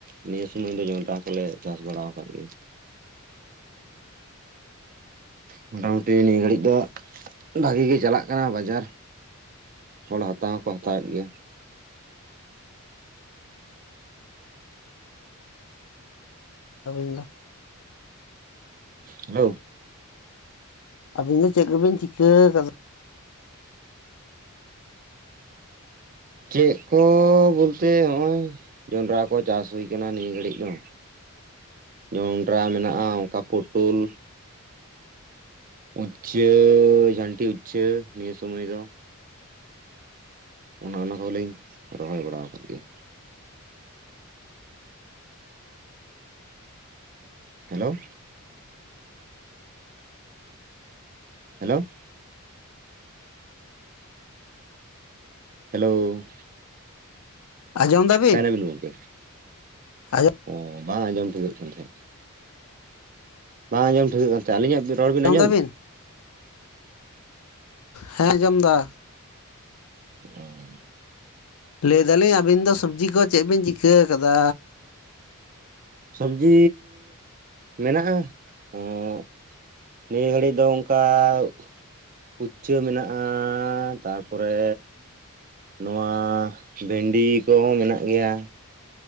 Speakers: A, on the right; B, on the left.
A: ᱱᱤᱭᱟᱹ ᱥᱩᱚᱢᱚᱭ ᱫᱚ ᱡᱚᱱᱰᱨᱟ ᱠᱚᱞᱮ ᱪᱟᱥ ᱵᱟᱲᱟ ᱟᱠᱟᱫ ᱜᱮ ᱢᱚᱴᱟᱢᱩᱴᱤ ᱱᱤᱭᱟᱹ ᱜᱷᱟᱹᱲᱤᱡᱽ ᱫᱚ ᱵᱷᱟᱜᱮ ᱜᱮ ᱪᱟᱞᱟᱜ ᱠᱟᱱᱟ ᱵᱟᱡᱟᱨ ᱦᱚᱲ ᱦᱟᱛᱟᱣ ᱦᱚᱸᱠᱚ ᱦᱟᱛᱟᱣᱮᱫ ᱜᱮᱭᱟ
B: ᱟᱹᱵᱤᱱ ᱫᱚ
A: ᱦᱟᱣ
B: ᱟᱵᱤᱱ ᱫᱚ ᱪᱮᱫ ᱠᱚᱵᱤᱱ ᱪᱤᱠᱟᱹ ᱟᱠᱟᱫᱟ
A: ᱪᱮᱫ ᱠᱚ ᱵᱚᱞᱛᱮ ᱱᱚᱜᱼᱚᱭ ᱡᱚᱱᱰᱨᱟ ᱠᱚ ᱪᱟᱥ ᱦᱩᱭ ᱠᱟᱱᱟ ᱱᱤᱭᱟᱹ ᱜᱷᱟᱹᱲᱤᱡ ᱫᱚ ᱡᱚᱱᱰᱨᱟ ᱢᱮᱱᱟᱜᱼᱟ ᱚᱱᱠᱟ ᱯᱳᱴᱳᱞ ᱩᱪᱪᱷᱟᱹ ᱡᱷᱟᱱᱴᱤ ᱩᱪᱪᱷᱟᱹ ᱱᱤᱭᱟ ᱥᱩᱢᱟᱹᱭ ᱫᱚ ᱚᱱᱟ ᱚᱱᱟ ᱠᱚᱦᱚᱸᱞᱤᱧ ᱨᱚᱦᱚᱭ ᱵᱟᱲᱟ ᱠᱟᱫ ᱜᱮᱭᱟ ᱦᱮᱞᱳ ᱦᱮᱞᱳ ᱦᱮᱞᱳᱣ
B: ᱟᱸᱡᱚᱢ ᱫᱟᱵᱤᱱ
A: ᱚᱠᱟᱭ ᱱᱟᱵᱤᱱ ᱜᱚᱢᱠᱮ
B: ᱟᱸᱡᱚᱢ
A: ᱚ ᱵᱟᱝ ᱟᱸᱡᱚᱢ ᱴᱷᱤᱠᱟᱹᱜ ᱠᱟᱱ ᱛᱟᱦᱮᱸᱫ ᱵᱟᱝ ᱟᱸᱡᱚᱢ ᱴᱷᱟᱹᱣᱠᱟ ᱠᱟᱱ ᱛᱟᱦᱮᱸ ᱟᱹᱞᱤᱧᱟᱜ ᱨᱚᱲ ᱵᱤᱱ
B: ᱡᱚᱢ
A: ᱟᱸᱡᱚᱢ
B: ᱫᱟᱵᱤᱱ
A: ᱮᱫᱟ
B: ᱦᱮᱸ ᱟᱸᱡᱚᱢ ᱫᱟ
A: ᱚ ᱻᱻ
B: ᱞᱟᱹᱭ ᱫᱟᱞᱤᱧ ᱟᱹᱵᱤᱱ ᱫᱚ ᱥᱚᱵᱽᱡᱤ ᱠᱚ ᱪᱮᱫ ᱵᱤᱱ ᱪᱤᱠᱟᱹ ᱟᱠᱟᱫᱟ
A: ᱥᱚᱵᱡᱤᱻ ᱢᱮᱱᱟᱜᱼᱟ ᱦᱮᱸᱻ ᱱᱤᱭᱟᱹ ᱜᱷᱟᱹᱲᱤᱡ ᱫᱚ ᱚᱱᱠᱟᱣ ᱩᱪᱪᱷᱟᱹ ᱢᱮᱱᱟᱜᱼᱟ ᱛᱟᱯᱚᱨᱮ ᱱᱚᱣᱟ ᱵᱷᱮᱱᱰᱤ ᱠᱚ ᱦᱚᱸ ᱢᱮᱱᱟᱜ ᱜᱮᱭᱟ